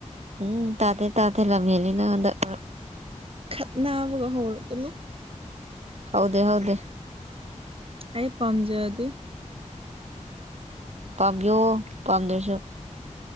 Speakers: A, on the right; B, on the right.
A: ꯎꯝ ꯇꯥꯗꯦ ꯇꯥꯗꯦ ꯂꯝ ꯍꯦꯜꯂꯤ ꯅꯪ ꯍꯟꯗꯛ ꯃꯔꯛ
B: ꯈꯠꯅꯕꯒ ꯍꯧꯔꯛꯀꯅꯨ
A: ꯍꯧꯗꯦ ꯍꯧꯗꯦ
B: ꯑꯩ ꯄꯥꯝꯖꯗꯦ
A: ꯄꯥꯝꯕꯤꯌꯣ ꯄꯥꯝꯗ꯭ꯔꯁꯨ